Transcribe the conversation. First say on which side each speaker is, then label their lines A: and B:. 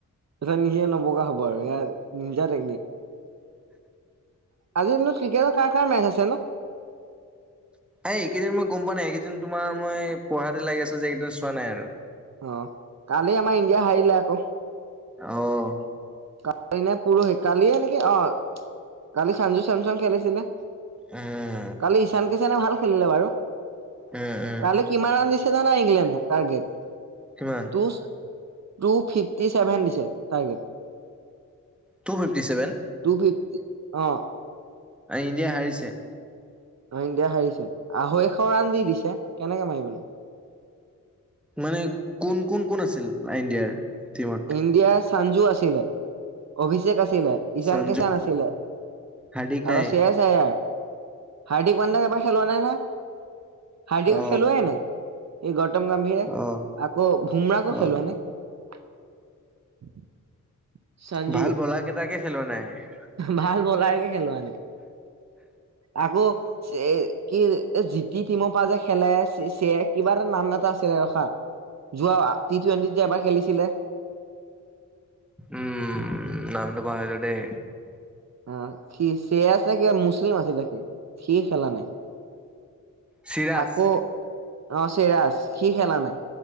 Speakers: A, on the right (about 55°); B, in the centre.
A: তাৰ পিছত নিজে নবকা হ'ব আৰু ইয়া নিঞ্জা টেকনিক আজিৰ দিনত ক্ৰিকেটৰ কাৰ কাৰ মেচ আছে ন
B: এই এইকেইদিন মই গম পোৱা নাই এইকেইদিন তোমাৰ মই পঢ়াতে লাগি আছো যে এইকেইদিন চোৱা নাই আৰু
A: অ কালি আমাৰ ইণ্ডিয়াই সাৰিলে আকৌ
B: অহ
A: কালি নে পৰহি কালিয়ে নেকি অ কালি চান্জু চেমচুং খেলিছিলে
B: উম
A: কালি ঈশান কিছানে ভাল খেলিলে বাৰু
B: উম উম
A: কালি কিমান ৰাণ দিছে জানা ইংলেণ্ডে টাৰ্গেট
B: কিমান
A: টুছ টুফিফটি ছেভেন দিছে target
B: two fifty seven
A: two fifty অ
B: ইণ্ডিয়া হাৰিছে
A: অ ইণ্ডিয়া হাৰিছে, আঢ়ৈশ ৰাণ দি দিছে কেনেকে মাৰিব নো
B: মানে কোন কোন কোন আছিল ইণ্ডিয়াৰ টিমত
A: ইণ্ডিয়াৰ চান্জু আছিলে, অভিষেক আছিলে ঈছান
B: সঞ্জু
A: কিছান আছিলে আৰু
B: হাৰ্দিক নাই।
A: শ্বেয়াৰ ছায়াৰ হাৰ্দিক পাণ্ডেক এবাৰ খেলোৱা নাই নহয় হাৰ্দিকক
B: অ
A: খেলোৱাই নাই এই গৌতম গাম্ভীৰে
B: অ
A: আকৌ ভুমৰাগো
B: অ
A: খেলোৱা নাই <inaudible> সঞ্জু
B: ভাল বলাৰ কেইটাকে খেলোৱা নাই
A: ভাল বলাৰ কে খেলোৱা নাই আকৌ চে কি জিটি টিমৰ পৰা যে খেলে চেক কিবা এটা নাম এটা আছিলে ৰখা যোৱা টি টুৱেণ্টিত যে এবাৰ খেলিছিলে
B: উম নামটো পাহৰিলো দেই
A: অ সি চেয়াচ না কিবা মুছলিম আছিলে সি সি খেলা নাই
B: চিৰাজ
A: আকৌ অ চেৰাজ সি খেলা নাই